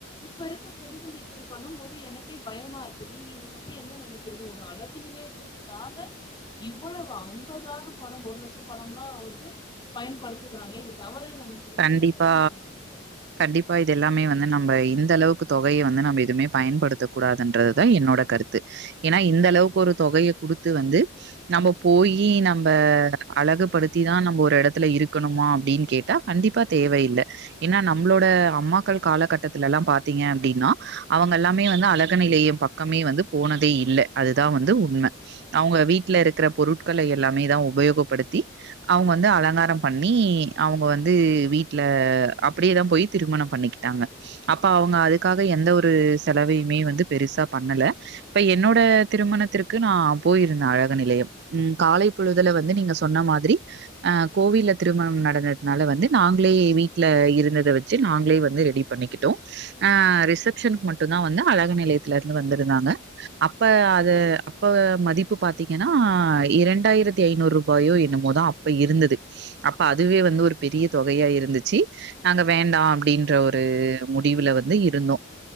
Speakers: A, on the left (about 20°); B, on the right (about 55°).
A: இப்ப இருக்க பெண்கள் இப்புடி பண்ணும் போது எனக்கே பயமா இருக்கு நீங்க இத பத்தி என்ன நெனக்கிறீங்க ஒரு அழகு நிலையத்திற்காக இவ்வளவு அம்பதாயிரம் பணம் ஒரு லட்சம் பணம்லா வந்து பயன்படுத்துகுறாங்க இது தவறுன்னு நினைக்கிறீங்களா
B: கண்டிப்பா
A: இல்ல சரின்னு நினைக்கிறீங்களா
B: கண்டிப்பா இது எல்லாமே வந்து நம்ம இந் அந்த அளவுக்கு தொகைய வந்து நம்ம எதுவுமே பயன்படுத்தக் கூடாதுன்றதுதா என்னோட கருத்து என இந்த அளவுக்கு ஒரு தொக தொகைய குடுத்து வந்து நம்ம போயி நம்ம அழகுப்படுத்திதா நம்ம ஒரு எடத்துல இருக் இருக்கணுமா அப்டீன் கேட்டா கண்டிப்பா தேவை இல்ல ஏன்னா நம்மளோட அம்மாக்கள் காலகட்டத்துலெல்லா பாத்தீங்க அப்டின்னா அவங் ங்க எல்லாமே வந்து அழகு நிலையம் பக்கமே வந்து போனதே இல்ல அதுதா வந்து உண்ம அவுங்க வீட்டுல இருக்குற பொருட்கள எல்லாமே தா உபயோகப்படுத்தி அவுங்க வந்து அலங்காரோ பண்ணி அவுங்க வந் ந்து வீட்ல அப்டியேதா போயி திருமணம் பண்ணிக்கிட்டாங்க அப்ப அவுங்க அதுக்காக எந்த ஒரு ந்து செலவையுமே வந்து பெருசா பண்ணல இப்ப என்னோட திருமணத்திற்கு நா போயிருந்தே அழகு நிலை லயம் ம் காலை பொழுதுல வந்து நீங்க சொன்ன மாதிரி ஆ கோவில்ல திருமணம் நடந்தது அதுனால வந்து நாங்களே வீட்ல இருந்தத வச்சு நாங்களே வந்து ரெடி பண்ணிக்கிட்டோ அ ரிசப்ஷன் க்கு மட்டுந்தா வந்து அழகு நிலையத்துல இருந்து வந்துருந்தாங்க அப்ப அது அப்ப மதிப்பு பாத்திங் ங்கன்னா இரண்டாயிரத்தி ஐநூறு ரூபாயோ என்னமோதா அப்ப இருந்தது அப்ப அதுவே வந்து ஒரு பெரிய தொகையா இருந்துச்சு நாங்க வேண்டா அப்டீன்ற ஒரு முடிவுல வந்து இருந்தோ